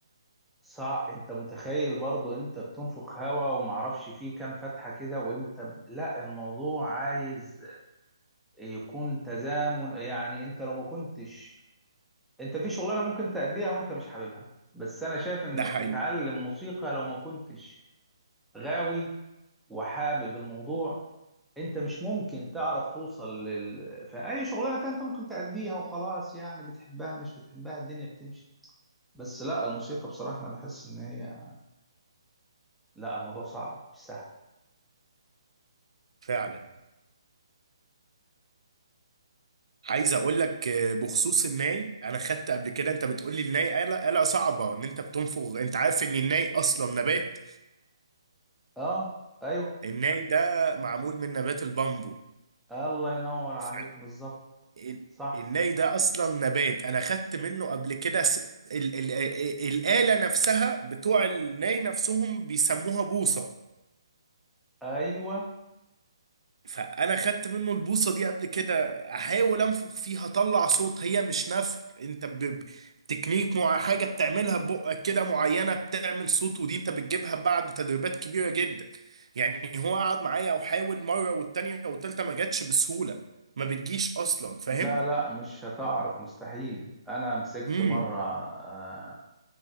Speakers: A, in the centre; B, on the right (about 80°).
A: صعب انت متخيل برضه انت بتنفخ هوا ومعرفش فيه كام فتحة كده وانت ب... لا الموضوع عايز يكون تزامن يعني انت لو ما كنتش انت في شغلانه ممكن تأديها وانت مش حاببها بس انا شايف انك
B: ده حقيقي
A: تتعلم موسيقى لو ما كنتش غاوي وحابب الموضوع انت مش ممكن تعرف توصل لل... في اي شغلانه تانية انت ممكن تأديها وخلاص يعني بتحبها مش بتحبها الدنيا بتمشي بس لا الموسيقى بصراحه انا بحس ان هي لا الموضوع صعب مش سهل
B: فعلا عايز اقول لك آه، بخصوص الناي انا خدت قبل كده انت بتقول لي الناي آلة آلة صعبة ان انت بتنفخ انت عارف ان الناي اصلا نبات
A: اه ايوه
B: الناي ده معمول من نبات البامبو
A: الله ينور عليك
B: ف-
A: بالظبط
B: ال-
A: صح
B: الناي ده اصلا نبات انا خدت منه قبل كده س... ال... ال... ال... الآلة نفسها بتوع الناي نفسهم بيسموها بوصة
A: ايوه
B: فانا خدت منه البوصه دي قبل كده احاول انفخ فيها اطلع صوت هي مش نفخ انت ب... ب- تكنيك مع حاجه بتعملها ببقك كده معينه بتعمل صوت ودي انت بتجيبها بعد تدريبات كبيره جدا يعني هو قعد معايا او حاول مره والتانيه والتالته ما جاتش بسهوله ما بتجيش اصلا فاهم
A: لا لا مش هتعرف مستحيل انا مسكت
B: امم
A: مره آه،